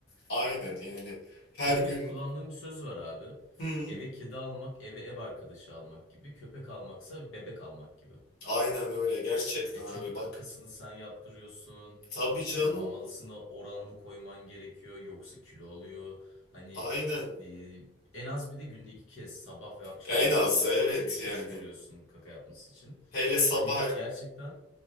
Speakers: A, on the left; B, on the left.
A: aynen yani her
B: Benim
A: gün
B: hep kullandığım bir söz var abi.
A: Hmm,
B: Eve kedi almak, eve ev arkadaşı almak gibi, köpek almaksa bebek almak gibi.
A: aynen öyle gerçekten
B: Ya
A: abi
B: çünkü
A: bak.
B: kakasını sen yaptırıyorsun.
A: Tabii
B: işte
A: canım.
B: mamalısına oranlı koyman gerekiyor yoksa kilo alıyor. Hani
A: Aynen.
B: e, en az bir de günde iki kez sabah ve akşam
A: En
B: olmak
A: azı
B: üzere
A: evet
B: yürüyüşe
A: yani.
B: çıkarıyorsun kaka yapması için.
A: Hele sabah
B: Hani
A: er-
B: gerçekten